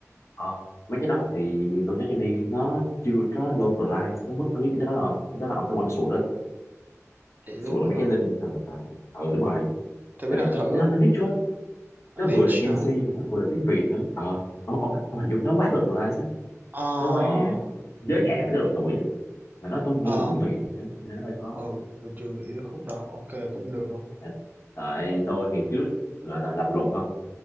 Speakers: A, on the left (about 60°); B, on the right (about 35°).
A: ờ mấy cái đó thì tôi chắc đi nó chưa có localize tới mức nó biết cái đó đâu cái đó là ông phải quanh sụt đó
B: vậy
A: sụt
B: luôn
A: là
B: á
A: mấy
B: hả?
A: cái link hay là ừ đúng rồi
B: Thì bữa
A: tại
B: nào
A: vì
B: thử
A: cái, cái đó
B: à
A: nó niche quá nó
B: Niche
A: vừa là Gen
B: hả?
A: Z mà nó vừa là tiếng Việt nữa ờ ông, ông, ông hình dung nó quá localized á.
B: Ờ,
A: nó quá giới hạn với cái độ tuổi á. mà nó là ngôn
B: ờ,
A: ngữ tiếng Việt nữa cho nên nó hơi khó
B: ừ, tôi chưa nghĩ tới khúc đó. Ô cũng được không?
A: tại, tại tôi ngày trước gọi là làm luận không